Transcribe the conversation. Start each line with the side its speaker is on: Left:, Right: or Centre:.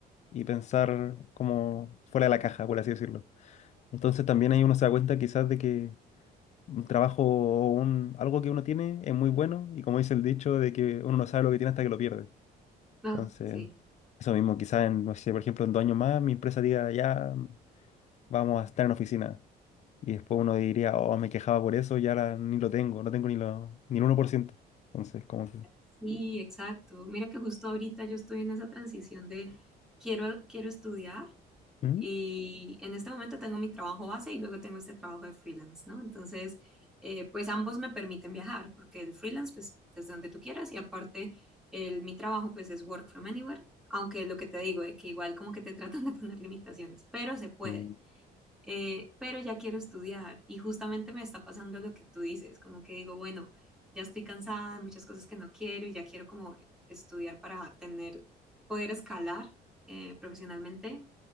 Left: y pensar como fuera de la caja, por así decirlo. Entonces también ahí uno se da cuenta quizás de que un trabajo o un, algo que uno tiene es muy bueno y como dice el dicho de que uno no sabe lo que tiene hasta que lo pierde.
Centre: No,
Left: Entonces,
Centre: sí,
Left: eso mismo, quizás en, no sé, por ejemplo, en dos años más mi empresa diga, ya vamos a estar en oficina. Y después uno diría, oh, me quejaba por eso y ahora ni lo tengo, no tengo ni, lo, ni el uno por ciento Entonces, como que...
Centre: sí, exacto. Mira que justo ahorita yo estoy en esa transición de quiero, quiero estudiar
Left: ¿Mm?
Centre: y en este momento tengo mi trabajo base y luego tengo este trabajo de freelance, ¿no? Entonces, eh, pues ambos me permiten viajar porque el freelance, pues desde donde tú quieras y aparte el, mi trabajo, pues es work from anywhere, aunque lo que te digo es que igual como que te <laughs> tratan de poner limitaciones, pero se puede.
Left: Mm,
Centre: eh, pero ya quiero estudiar y justamente me está pasando lo que tú dices, como que digo, bueno, ya estoy cansada, hay muchas cosas que no quiero y ya quiero como estudiar para tener, poder escalar eh, profesionalmente